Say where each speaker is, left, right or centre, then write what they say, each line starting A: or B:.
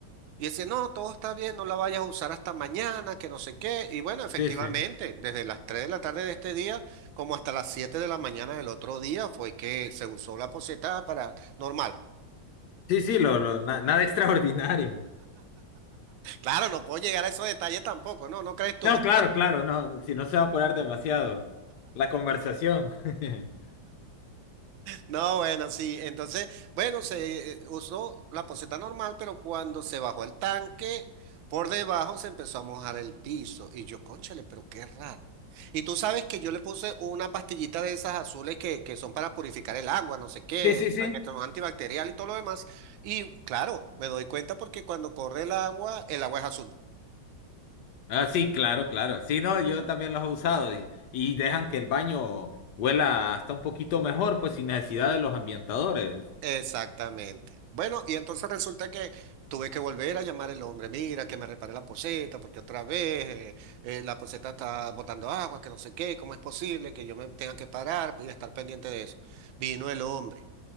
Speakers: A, on the right; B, on the left.
A: y dice, no, todo está bien, no la vayas a usar hasta mañana, que no sé qué. Y bueno, efectivamente,
B: Sí, sí.
A: desde las 3 de la tarde de este día como hasta las 7 de la mañana del otro día fue que se usó la poceta para normal.
B: Sí, sí, lo, lo, na- nada <laughs> extraordinario.
A: Claro, no puedo llegar a esos detalles tampoco, ¿no? ¿No crees tú?
B: No, claro, claro, no, si no se va a poner demasiado. La conversación. <laughs>
A: No, bueno, sí. Entonces, bueno, se eh, usó la poceta normal, pero cuando se bajó el tanque, por debajo se empezó a mojar el piso. Y yo, cónchale, pero qué raro. Y tú sabes que yo le puse una pastillita de esas azules que, que son para purificar el agua, no sé qué,
B: Sí, sí, sí.
A: para que son antibacterial y todo lo demás. Y claro, me doy cuenta porque cuando corre el agua, el agua es azul.
B: Ah, sí, claro, claro. Sí, no, yo también los he usado y, y dejan que el baño huela hasta un poquito mejor, pues sin necesidad de los ambientadores.
A: Exactamente. Bueno, y entonces resulta que tuve que volver a llamar al hombre, mira, que me repare la poceta, porque otra vez eh, eh, la poceta está botando agua, que no sé qué, ¿cómo es posible que yo me tenga que parar y estar pendiente de eso? Vino el hombre,